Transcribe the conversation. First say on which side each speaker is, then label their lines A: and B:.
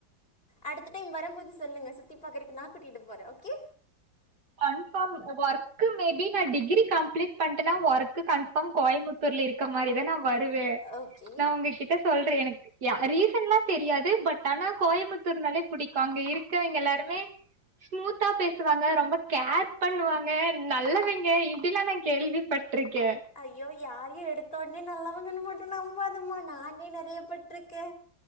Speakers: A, on the left; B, on the right.
A: அடுத்த டைம் வரும்போது சொல்லுங்க சுத்தி பாக்குறக்கு நான் கூட்டிட்டு போறே ஓகே
B: கன்ஃபார்ம் ஒர்க்கு மேபி நா டிகிரி கம்ப்ளீட் பண்ட்டேனா ஒர்க்கு கன் ஃபாம் கோயமுத்தூர்ல இருக்க மாரிதா நா வருவே
A: ஓகே
B: நா உங்ககிட்ட சொல்றே எனக்கு யா ரீசன்ல்லா தெரியாது பட் ஆனா கோயம்புத்தூர்னாலே பிடிக்கு அங்க இருக்கவங்க எல்லாருமே ஸ்மூத்தா பேசுவாங்க ரொம்ப கேர் பண்ணுவாங்க நல்லவிங்க இப்படிலா நா கேள்விப்பட்டுருக்கே
A: ஐயோ யாரையு எடுத்த உடனே நல்லவங்கன்னு மட்டு நம்பாதம்மா நானே நிறைய பட்ருக்கே